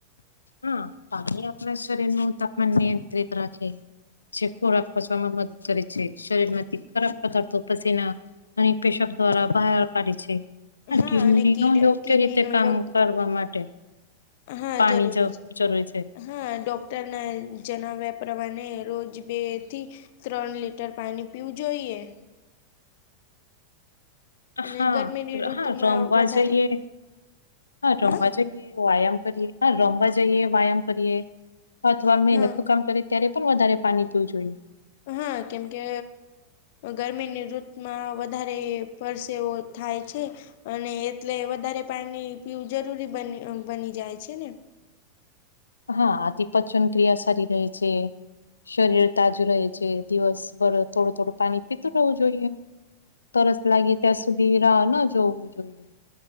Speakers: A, on the left; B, on the left.
A: હા પાણી આપણા શરીર નું તાપમાન નિયંત્રિત રાખે જે ખોરાક પચવામાં મદદ કરે છે શરીર માંથી ખરાબ પદાર્થો પશીના અને પેશબ દ્વારા બહાર કાઢે છે. <unintelligible>
B: હા અને કીડ
A: યોગ્ય
B: કિડનીનો
A: રીતે કામ
B: યોગ
A: કરવા માટે
B: હા
A: પાણી
B: જરૂરી
A: જ
B: છે.
A: જરૂરી છે
B: હા ડૉક્ટરના જણાવ્યા પ્રમાણે રોજ બેથી ત્રણ લીટર પાણી પીવું જોઈએ.
A: હા
B: અને ગરમીની ઋતુમાં
A: હા રમવા
B: વધારે
A: જઈએ હા રમવા
B: હ
A: જ એ વ્યાયામ કરીએ રમવા જઈએ વ્યાયામ કરીએ અથવા મહેનતનું
B: હા
A: કામ કરી ત્યારે પણ વધારે પાણી પીવું જોઈએ.
B: હા કેમકે ગરમીની ઋતુમાં વધારે પરસેવો થાય છે. અને એટલે વધારે પાણી પીવું જરૂરી બની જાય છે ને.
A: હા આથી પચન ક્રિયા સારી રહે છે. શરીર તાજું રહે છે. દિવસભર થોડું થોડું પાણી પીતું રહેવું જોઈએ. તરસ લાગી ત્યાં સુધી રાહ ન જોવું જોઈએ.